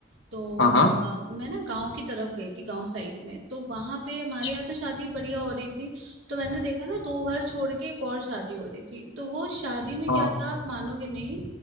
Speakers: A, on the right; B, on the left.
A: तो
B: हाँ हाँ
A: अ, मैं ना गांव की तरफ गई थी गांव साइड में तो वहां पे हमारे
B: अच्छा,
A: यहाँ तो शादी बढ़िया हो रही थी तो मैंने देखा ना दो घर छोड़ के एक और शादी हो रही थी तो वो शादी में
B: हाँ
A: क्या था आप मानोगे नहीं